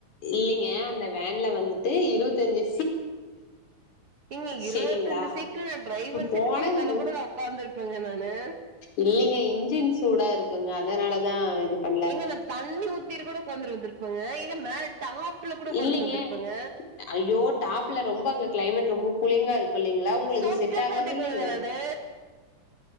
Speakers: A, on the left; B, on the right.
A: இல்லிங்க அந்த வேன்ல வந்துட்டு இருவத்தஞ்சி
B: ஏங்க இருவத்தஞ்சி
A: செரிங்களா
B: சீட்டு டிரைவர்
A: போனது
B: சீட்டு பக்கத்தால த்ல கூட நா ஒக்காந்துருப்பேங்க நானு
A: இல்லிங்க இன்ஜின் சூடா இருக்குங்க அதனால தா இது பண்ணல
B: ஏங்க நா தண்ணி ஊத்திட்டு கூட உகாந்துட்டு வந்துருப்பங்க ஏங்க மேல டாப் புல கூட உக்காந்துட்
A: இல்லைங்க
B: வந்துருப்பங்க
A: ஐயோ டாப்ல ரொம்ப அங்க கிளைமேட் ரொம்ப கூலிங்கா இருக் இல்லைங்ளா உங்களுக்கு
B: சொட்ட
A: செட் ஆகாதில்லிங்க
B: போட்டுக்குவேங்க நானு